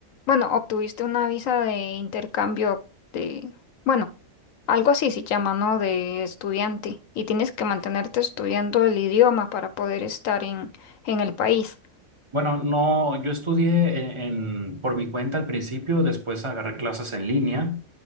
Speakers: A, on the left (about 70°); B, on the right (about 20°).
A: bueno, obtuviste una visa de intercambio de, bueno, algo así se llama, ¿no? De estudiante. Y tienes que mantenerte estudiando el idioma para poder estar en, en el país.
B: Bueno, no, yo estudié en, en- por mi cuenta al principio, después agarré clases en línea